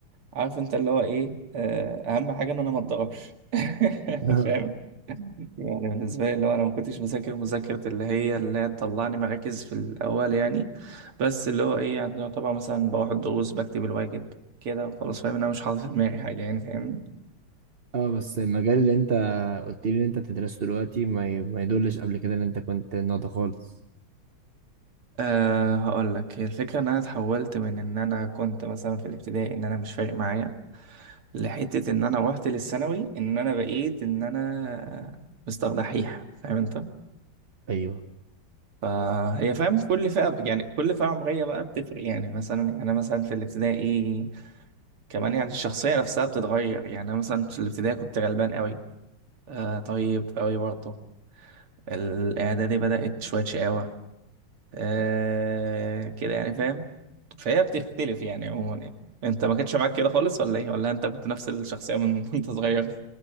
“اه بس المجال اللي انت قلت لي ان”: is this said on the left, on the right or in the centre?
Right